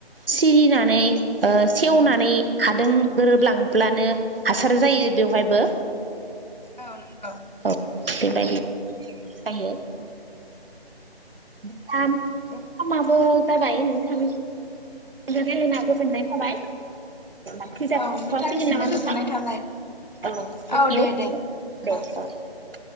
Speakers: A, on the right; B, on the left.
A: सिरिनानै सेवनानै हादों गोरोबलांब्लानो हासार जायो बेवहायबो
B: औ नंगौ।
A: औ बेबायदि जायो। नोंथाम नोंथामाबो जाबाय नोंथां रायलायना गोजोननाय थाबाय। <unintelligible>
B: औ
A: <unintelligible>
B: नोंथांनिसिमबो
A: सिगोन नामा
B: गोजोननाय
A: नोंथां
B: थाबाय
A: औ‌ थेंक
B: औ
A: इउ
B: दे दे
A: दे
B: औ
A: अ।